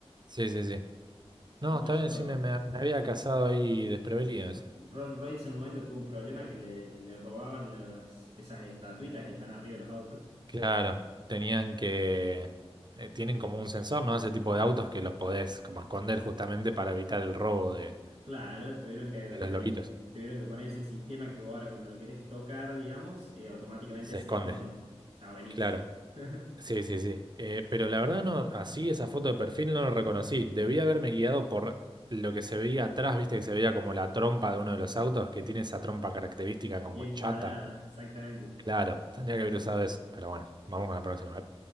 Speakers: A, on the right; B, on the right.
A: Sí, sí, sí. No,
B: Incluso
A: está bien, sí, me, me- me había casado ahí desprevenido ese.
B: Rolls-Royce en un momento tuvo un problema que le, le robaban las, esas estatuitas que están arriba de los autos.
A: Claro, tenían que... eh, tienen como un sensor, ¿no? Ese tipo de autos que los podés como esconder justamente para evitar el robo de,
B: Claro, tuvieron que,
A: de
B: eh,
A: los lobitos.
B: tuvieron que poner ese sistema que vos ahora cuando lo querés tocar, digamos, eh, automáticamente
A: Se
B: se
A: esconde,
B: esconde. Está buenísimo.
A: claro.
B: <laughs>
A: Sí, sí, sí. Eh, pero la verdad no, así esa foto de perfil no lo reconocí. Debí haberme guiado por lo que se veía atrás, viste que se veía como la trompa de uno de los autos, que tiene esa trompa característica
B: Bien
A: como chata.
B: cuadrada, exactamente.
A: Claro, tendría que haber usado eso. Pero bueno, vamos con la próxima. A ver.